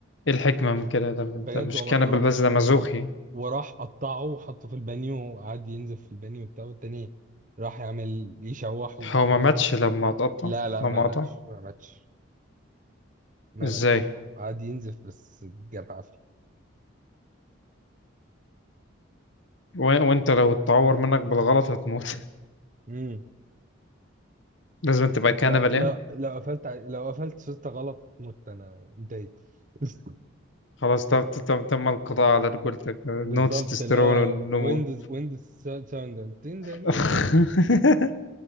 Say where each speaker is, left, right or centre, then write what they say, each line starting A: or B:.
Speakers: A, on the left (about 65°); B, on the right (about 40°).
A: ايه الحكمة من كده ده,
B: بجد
A: ده مش
B: والله
A: كانبل
B: راح
A: بس
B: و... و...
A: ده مزوخي
B: وراح قطعه وحطه في البانيو وقعد ينزف في البانيو وبتاع والتاني راح يعمل يشوحه وبتاع
A: هو ما ماتش لما اتقطع
B: لا لا
A: لما
B: ما ماتش
A: قطع
B: ما ماتش ما
A: ازاي
B: ماتش قعد ينزف بس الجرح قفل
A: و... وانت لو اتعور منك بالغلط هتموت <laughs>
B: امم
A: لازم تبقى كانبل
B: لو لو
A: يعني
B: لو قفلت ع- لو قفلت شطة غلط مت انا انتهيت <laughs>
A: خلاص تم تم تم القضاء على رجولتك نو
B: بالظبط
A: تستوستيرون
B: لا
A: والنمو
B: ويندوز ويندوز ساوند تن- تن-
A: <laughs>
B: تن-